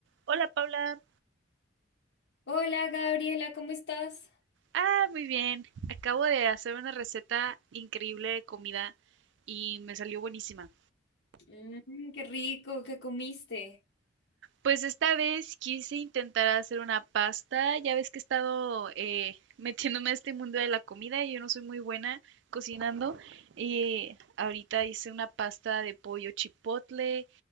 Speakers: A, on the right (about 65°); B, on the left (about 65°).
A: Hola Paula.
B: Hola Gabriela, ¿cómo estás?
A: Ah, muy bien. Acabo de hacer una receta increíble de comida y me salió buenísima.
B: Mm, qué rico, ¿qué comiste?
A: Pues esta vez quise intentar hacer una pasta. Ya ves que he estado eh, <laughs> metiéndome a este mundo de la comida y yo no soy muy buena cocinando. Y ahorita hice una pasta de pollo chipotle